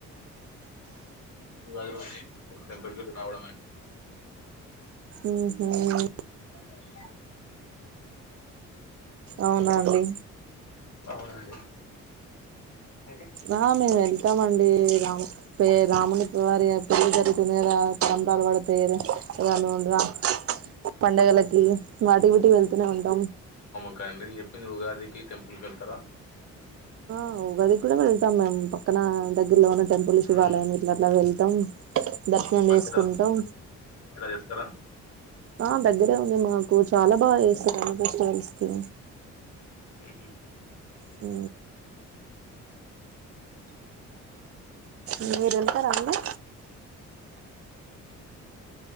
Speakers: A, on the left (about 70°); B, on the right (about 50°).
A: ఐదు రోజులు <unintelligible> రావడమే
B: ఊహు
A: కొన్ని నీళ్లు తాగుత నేను
B: అవునా అండీ
A: అవునండి మీది
B: అహ మీర్ రండి ఇత్తాం అండి రామ పే రాముని భార్య పెళ్లి జరుగుతుంది కదా తలంబ్రాలు పడితయి కదా ఇగ నువ్ ఉండుగా పండగలకి వాటికి వీటికి వెళ్తూనే ఉంటాం
A: ఇగ అందరికి చెప్పింది ఉగాదికి టెంపుల్కి వెళ్తారా
B: ఆ ఉగాది కూడా వెళ్తాం మేము పక్కన దగ్గరలో ఉన్న టెంపుల్ శివాలయం
A: మ్మ్.
B: ఇట్లా అట్లా వెళ్తాం దర్శనం
A: పచ్చడి
B: చేసుకుంటాం
A: ఇలా చేస్తారా
B: ఆ దగ్గరే ఉంది మాకు చాలా బాగా చేస్తరు అన్ని ఫెస్టివల్స్ కి
A: ఊహు
B: ఊ మీరెల్తరాండి